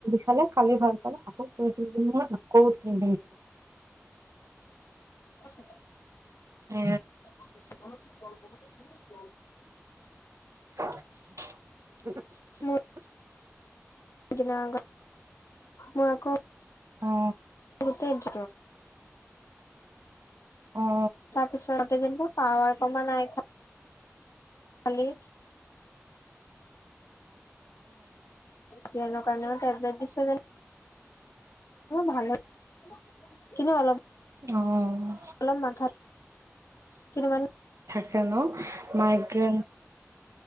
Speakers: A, on the right; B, on the left.
A: খালে খালি ভাল পালে অকৌ প্ৰতি মই আকৌ উম
B: আ <unintelligible>
A: উ
B: <inaudible>
A: উ <unintelligible>
B: মোৰ দিনা মোৰক
A: অ
B: তে <inaudible>
A: অ
B: তাকিচান যেন্ত পাৱাৰ কমান নাই খ খালী কে ন কাৰণ টেবলেট আছে কাৰণে ভাল <unintelligible> কিন্তু অলপ
A: অ অ
B: অলম মথা কিমানমান
A: হেল্ল' মাইকে